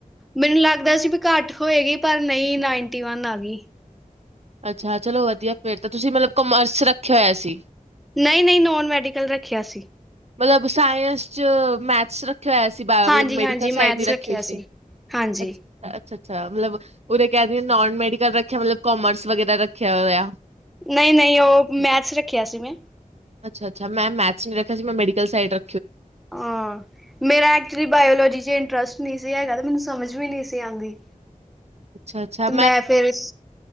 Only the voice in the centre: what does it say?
ਮੈਨੂੰ ਲੱਗਦਾ ਸੀ ਵੀ ਘੱਟ ਹੋਏਗੀ ਪਰ ਨਹੀਂ, ਨਾਈਨਟੀ ਵਨ ਆ ਗਈ।
ਨਹੀਂ, ਨਹੀਂ ਨੋਨ ਮੈਡੀਕਲ ਰੱਖਿਆ ਸੀ।
ਹਾਂਜੀ
ਹਾਂਜੀ ਮੈਥਸ
ਰੱਖਿਆ
ਹਾਂਜੀ
ਨਹੀਂ, ਨਹੀਂ ਉਹ ਮੈਥਸ ਰੱਖਿਆ ਸੀ ਮੈਂ।
ਹਾਂ ਮੇਰਾ ਐਕਚੁਲੀ ਬਾਇਲੋਜੀ ਚ ਇੰਟਰਸਟ ਨਹੀਂ ਸੀ ਮੈਨੂੰ ਸਮਝ ਵੀ ਨਹੀਂ ਸੀ ਆਉਂਦੀ
ਤੇ ਮੈਂ ਫਿਰ